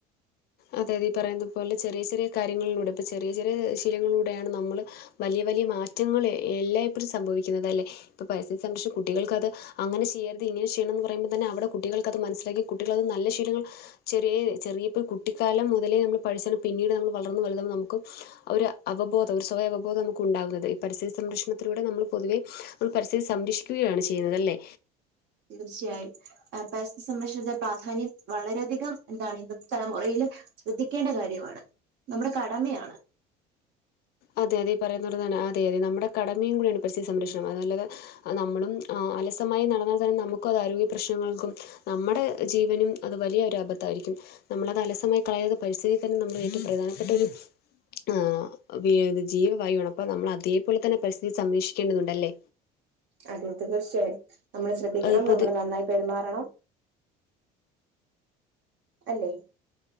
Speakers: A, on the left; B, on the right.
A: അതെ അതെ ഈ പറയുന്ന പോലെ ചെറിയ ചെറിയ കാര്യങ്ങളിലൂടെ ഇപ്പൊ ചെറിയ ചെറിയ ശീലങ്ങളിലൂടെയാണ് നമ്മള് വലിയ വലിയ മാറ്റങ്ങൾ എല്ലായ്പ്പോഴും സംഭവിക്കുന്നത് അല്ലേ ഇപ്പോൾ പരിസ്ഥിത്തെ സംബന്ധിച്ച് കുട്ടികൾക്കത് അങ്ങനെ ചെയ്യരുത് ഇങ്ങനെ ചെയ്യണംമെന്ന് പറയ്മ്പോൾ തന്നെ അവിടെ കുട്ടികൾക്കത് മനസ്സിലാക്കി കുട്ടികളത് നല്ല ശീലങ്ങൾ ചെറിയ ചെറിയ ഇപ്പോ കുട്ടിക്കാലം മുതലേ നമ്മൾ പഠിച്ചത് പിന്നീട് നമ്മൾ വളർന്നു വലുതാവുമ്പോൾ നമുക്കും ഒരു അവബോധം ഒരു സ്വയം ഉപബോധം നമുക്ക് ഉണ്ടാവുന്നത് ഈ പരിസ്ഥിതി സംരക്ഷണത്തിലൂടെ നമ്മള് പൊതുവെ നമ്മൾ പരിസ്ഥിതി സംരക്ഷിക്കുകയാണ് ചെയ്യുന്നത് അല്ലേ
B: തീർച്ചയായും പരിസ്ഥിതി സംരക്ഷണത്തിൻ്റെ പ്രാധാന്യം വളരെയധികം ഇതാണ് ഇന്നത്തെ തലമുറയില് ശ്രദ്ധിക്കേണ്ട കാര്യമാണ് നമ്മുടെ കടമയാണ്
A: അതെ അതെ ഈ പറയുന്നത് പോലെ തന്നെ അതെ അതെ നമ്മുടെ കടമയും കൂടിയാണ് പരിസ്ഥിതി സംരക്ഷണം അത് നല്ലത് അത് നമ്മളും അലസമായി നടന്നാൽ തന്നെ നമുക്കും അത് ആരോഗ്യ പ്രശ്നങ്ങൾക്കും നമ്മടെ ജീവനും അത് വലിയ ഒരു അബദ്ധായിരിക്കും നമ്മളത് അലസമായി കളയാതെ പരിസ്ഥിതിയിൽ തന്നെ നമ്മളെ ഏറ്റവും പ്രധാനപ്പെട്ട ഒരു ആ ഇത് ജീവവായുവാണ് അപ്പൊ നമ്മൾ അതേപോലെ തന്നെ പരിസ്ഥിതി സംരക്ഷിക്കേണ്ടതുണ്ട ല്ലേ
B: അതെ തീർച്ചയായും നമ്മള് ശ്രദ്ധിക്കണം
A: ഏഹ് പൊതു
B: നമ്മള് നന്നായി പെരുമാറണം അല്ലേ